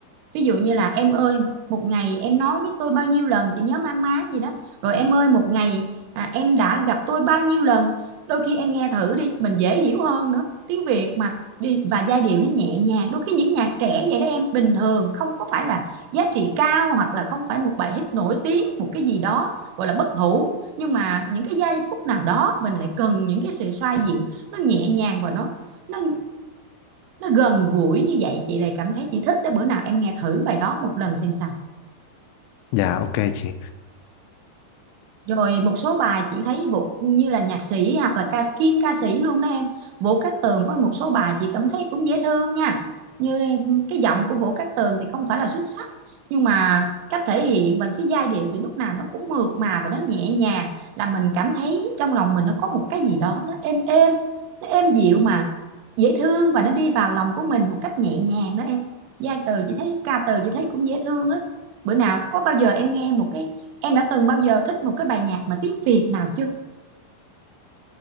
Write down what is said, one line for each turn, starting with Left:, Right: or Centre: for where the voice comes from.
Right: ví dụ như là em ơi một ngày em nói với tôi bao nhiêu lần chị nhớ mang má gì đó rồi em ơi một ngày à, em đã gặp tôi bao nhiêu lần đôi khi em nghe thử đi mình dễ hiểu hơn nữa tiếng Việt mà đi và giai điệu nó nhẹ nhàng đôi khi những nhạc trẻ vậy đó em bình thường không có phải là giá trị cao hoặc là không phải một bài hit nổi tiếng một cái gì đó gọi là bất hủ nhưng mà những cái giây phút nào đó mình lại cần những cái sự xoa dịu nó nhẹ nhàng và nó nó nó gần gũi như vậy chị lại cảm thấy chị thích đó bữa nào em nghe thử bài đó một lần xem sao
Left: dạ ok chị
Right: rồi một số bài chị thấy Vũ như là nhạc sĩ hoặc là ca kim ca sĩ luôn đó em Vũ Cát Tường có một số bài chị cảm thấy cũng dễ thương nha như cái giọng của Vũ Cát Tường thì không phải là xuất sắc nhưng mà cách thể hiện và cái giai điệu thì lúc nào nó cũng mượt mà và nó nhẹ nhàng là mình cảm thấy trong lòng mình nó có một cái gì đó nó êm êm nó êm dịu mà dễ thương và nó đi vào lòng của mình một cách nhẹ nhàng đó em giai từ chị thấy ca từ chị thấy cũng dễ thương á bữa nào có bao giờ em nghe một cái em đã từng bao giờ thích một cái bài nhạc mà tiếng Việt nào chưa